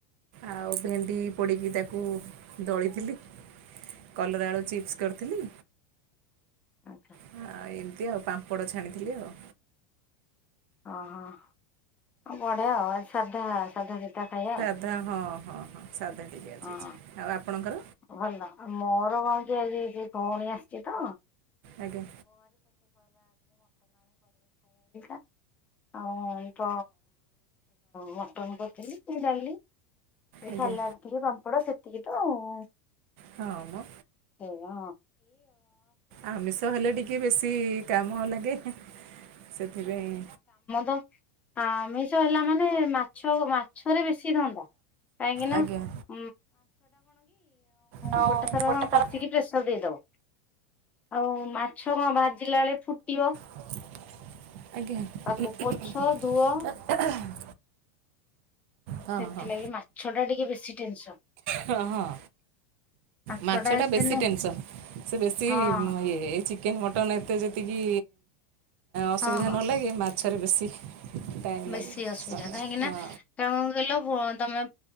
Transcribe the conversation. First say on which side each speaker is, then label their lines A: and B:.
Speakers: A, on the right (about 60°); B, on the left (about 20°).
A: ଆଉ ଭେଣ୍ଡି ପୋଡ଼ିକି ତାକୁ ଦଳିଥିଲି। କଲରା ଆଳୁ ଚିପ୍ସ କରିଥିଲି।
B: ଆଚ୍ଛା।
A: ଆଉ ଏମିତି ଆଉ ପାମ୍ପଡ଼ ଛାଣିଥିଲି ଆଉ।
B: ଓହୋ ଆଉ ବଢିଆ ଆଉ ଆ ସାଧା ସାଧା ସିଧା ଖାଇବା ଆଉ।
A: <unintelligible>
B: ହଁ
A: ଆଉ ଆପଣଙ୍କର?
B: ଭଲ ଆଉ ମୋର କଣ କି <unintelligible> ଭଉଣୀ ଆସିଛି ତ
A: ଆଜ୍ଞା
B: <unintelligible> <unintelligible> ମଟନ୍ କରିଥିଲି କି ଡାଲି। <unintelligible>
A: ଆଜ୍ଞା ହଁ ଆମ
B: <unintelligible> <unintelligible> କାମ
A: ଆମିଷ ହେଲେ ଟିକେ ବେଶୀ କାମ ଲାଗେ। ସେଥିପାଇଁ
B: ତ ଆମିଷ ହେଲା ମାନେ ମାଛ ମାଛରେ ବେଶୀ ଧନ୍ତା। <unintelligible>
A: ଆଜ୍ଞା।
B: ମିଶିକି
A: ହଁ
B: ପ୍ରେସର
A: ଗୋଟେ ଥର
B: ଦେଇଦବ ଆଉ ମାଛ କଣ ଭାଜିଲା ବେଳେ ଫୁଟିବ।
A: ଆଜ୍ଞା।
B: ତାକୁ ପୋଛ ଧୁଅ
A: ହଁ
B: ସେଥିଲାଗି
A: ହଁ
B: ମାଛ ଟା ଟିକେ ବେଶୀ ଟେନସନ।
A: ହଁ ହଁ।
B: ମାଂସ
A: ମାଛ ଟା
B: ଏତେ
A: ବେଶୀ
B: ନୁହଁ।
A: ଟେନସନ ସେ ବେଶୀ
B: ହଁ
A: <unintelligible> ଚିକେନ ମଟନ୍ ଏତେ ଯେତିକି ଅସୁବିଧା
B: ହଁ ହଁ
A: ନହେଲାଏ ମାଛରେ ବେଶୀ ଟାଇମ୍
B: ବେଶୀ
A: ଲାଗେ
B: ଅସୁବିଧା
A: ସମୟ
B: କାହିଁକି
A: ହଁ।
B: <unintelligible> ତମେ